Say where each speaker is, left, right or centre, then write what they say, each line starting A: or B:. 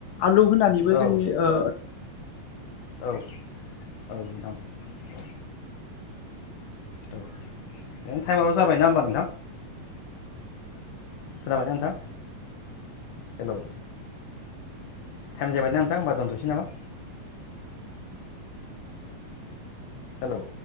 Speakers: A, on the left; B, on the left.
A: आलु होनानैबो
B: औ
A: जोंनि ओ
B: औ औ नोंथां औ नों टाइमाबो जाबाय ना होमबा नोंथां। खोनाबायना नोंथां? हेलौ टाइम जाबायना नोंथां होमबा दोनथसै नामा? हेलौ